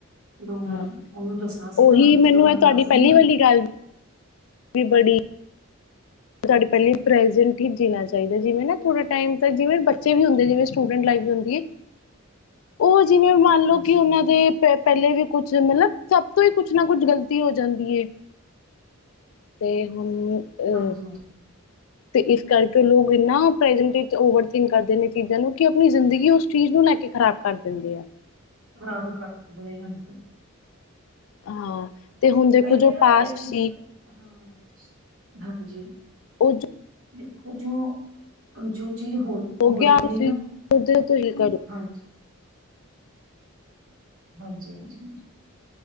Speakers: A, on the right (about 80°); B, on the left (about 70°).
A: ਫਿਰ ਉਹ ਮੈਂ
B: ਹਾਂ
A: ਉਹਨੂੰ ਦੱਸਣਾ ਸੀਗਾ
B: ਉਹੀ
A: ਮੈਂ ਕਿਹਾ
B: ਮੈਨੂੰ
A: ਚਲੋ ਨੂੰ
B: ਇਹ
A: ਮੈਂ
B: ਤੁਹਾਡੀ
A: ਦੱਸ
B: ਪਹਿਲੀ
A: ਦਿੰਦੀ ਹ
B: ਵਾਲੀ ਗੱਲ ਵੀ ਬੜੀ ਤੁਹਾਡੀ
A: ਹਾਂਜੀ
B: ਪਹਿਲੀ ਪ੍ਰੈਜੈਂਟ ਜੀਨਾਂ ਚਾਹੀਦਾ ਜਿਵੇਂ ਨਾ ਥੋੜਾ ਟਾਈਮ ਤਾਂ ਜਿਵੇਂ ਬੱਚੇ ਵੀ ਹੁੰਦੇ, ਜਿਵੇਂ ਸਟੂਡੈਂਟ ਲਾਈਫ ਵੀ ਹੁੰਦੀ ਹੈ
A: <inaudible>
B: ਉਹ ਜਿਵੇਂ ਮੰਨਲਓ
A: ਹਾਂਜੀ
B: ਕਿ ਉਹਨਾਂ
A: ਹਾਂਜੀ ਹਾਂਜੀ
B: ਦੇ ਪ ਪਹਿਲੇ ਵੀ ਕੁਛ ਮਤਲਬ ਸਭ ਤੋਂ ਹੀ ਕੁਛ ਨਾ ਕੁਛ ਗ਼ਲਤੀ ਹੋ ਜਾਂਦੀ ਹੈ। ਤੇ ਹੁਣ ਓ
A: ਹਾਂਜੀ <inaudible>
B: ਤੇ ਇਸ ਕਰਕੇ ਉਹ ਲੋਕ ਇਨਾ ਪ੍ਰੈਜੈਂਟ ਓਵਰਥਿੰਕ ਕਰਦੇ ਨੇ ਚੀਜ਼ਾਂ ਨੂੰ ਕਿ ਆਪਣੀ ਜ਼ਿੰਦਗੀ ਉਸ ਚੀਜ਼ ਨੂੰ ਲੈ ਕੇ ਖਰਾਬ ਕਰ ਦਿੰਦੇ ਆ
A: ਖਰਾਬ ਕਰ ਦਿੰਦੇ ਹਨ
B: ਹਾਂ ਤੇ ਹੁਣ ਦੇਖੋ
A: ਅ ਤੇ
B: ਜੋ
A: ਨਾ
B: ਪਾਸਟ
A: ਇਹ ਚੀਜ਼ਾਂ
B: ਸੀ
A: ਹ ਹਾਂਜੀ
B: ਉਹ ਜੋ <inaudible>
A: ਦੇਖੋ <inaudible> ਜੋ ਜੋ ਚੀਜ਼ ਹੋ ਹੋ
B: ਗਿਆ
A: ਜਾਂਦੀ
B: ਤੁਸੀਂ
A: ਹੈ ਨਾ
B: ਉਹਦੇ ਤੋਂ ਹੀ ਕਰੋ।
A: ਹਾਂਜੀ ਹਾਂਜੀ ਹਾਂਜੀ ਹਾਂਜੀ